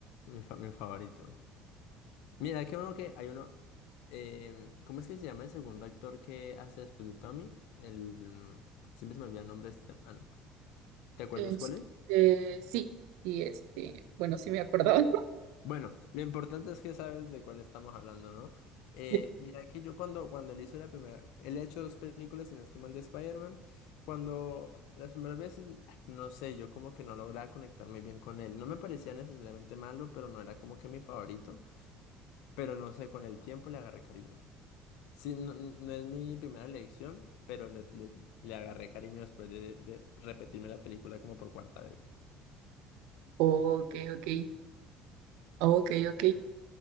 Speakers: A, on the left; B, on the right.
A: mi, fa- mi favorito. Mira, que uno que hay uno... em, ¿cómo es que se llama el segundo actor que hace después de Tommy? El... mm, Siempre se me olvida el nombre de este man. ¿Te acuerdas
B: Este,
A: cuál es?
B: sí, sí, este, bueno, sí me acordaba.
A: Bueno, lo importante es que sabes de cuál estamos hablando, ¿no? Eh,
B: <laughs>
A: mira que yo cuando, cuando él hizo la primera, él ha hecho dos películas, si no estoy mal, de Spider-Man, cuando las primeras veces, no sé, yo como que no lograba conectar muy bien con él. No me parecía necesariamente malo, pero no era como que mi favorito, pero no sé, con el tiempo le agarré cariño. Sí, no, no es mi primera elección, pero le, le- le agarré cariño después de, de repetirme la película como por cuarta vez.
B: Ok, ok, ok, ok.